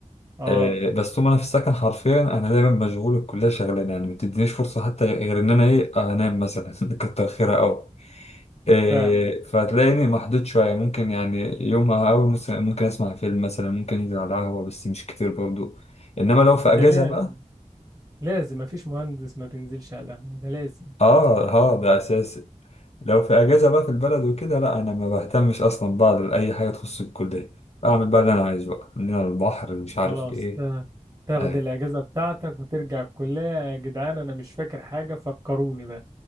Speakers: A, on the right; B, on the left.
A: اه
B: آه، بس طول ما انا في السكن حرفيا انا دايما مشغول الكليه شغلانه يعني ما بتدينيش فرصه حتى غير ان انا ايه انام مثلا <laughs> كتر خيرها قوي إيه
A: فاهمة
B: فهتلاقيني محدود شويه ممكن يعني يوم قوي ممكن اسمع فيلم مثلا ممكن انزل على قهوه بس مش كتير برضو انما لو في
A: ده
B: اجازه
A: لازم
B: بقى
A: لازم مفيش مهندس ما بينزلش على القهوة ده لازم
B: اه اه ده اساسي لو في اجازه بقى في البلد وكده لا انا ما بهتمش اصلا بقى لاي حاجه تخص الكليه اعمل بقى اللي انا عايزه بقى من هنا للبحر مش عارف
A: خلاص
B: ايه
A: تمام. تاخد
B: اي
A: الاجازه بتاعتك وترجع الكليه يا جدعان انا مش فاكر حاجه فكروني بقى